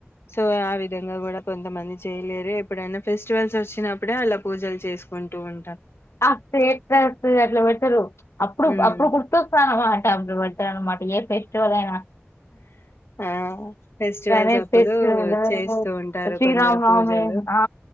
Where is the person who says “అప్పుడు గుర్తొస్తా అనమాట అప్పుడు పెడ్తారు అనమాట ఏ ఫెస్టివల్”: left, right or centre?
Left